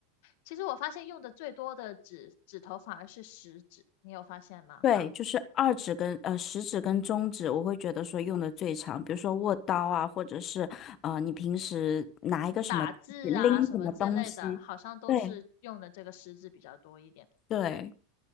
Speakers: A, on the left (about 65°); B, on the left (about 35°).
A: 其实我发现用的最多的指指头反而是食指，你有发现吗？
B: 对，就是二指跟呃食指跟中指，我会觉得说用的最长，比如说握刀啊，或者是呃你平时拿一个什么拎什么东西，
A: 打字啊什么之类的，好像都是用的这个食指比较多一点。
B: 对对，